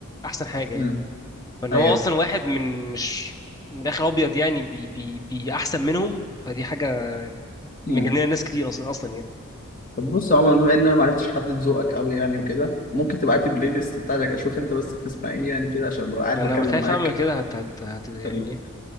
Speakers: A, on the left; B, on the left.
A: أحسن حاجة
B: مم.
A: يعني فإن
B: ايوه
A: هو أصلا واحد من مش من الآخر أبيض يعني بي بي بي أحسن منهم فدي حاجة
B: مم.
A: مجننة ناس كتير أصلا أصلا يعني
B: طب بص يا عمر بما ان انا ما عرفتش احدد ذوقك قوي يعني وكده ممكن تبعت لي البلاي ليست بتاعتك اشوف انت بس بتسمع ايه يعني كده عشان ابقى عارف
A: ما أنا
B: اتكلم
A: بخاف
B: معاك
A: أعمل كده هت هت هت يعني
B: لا
A: إيه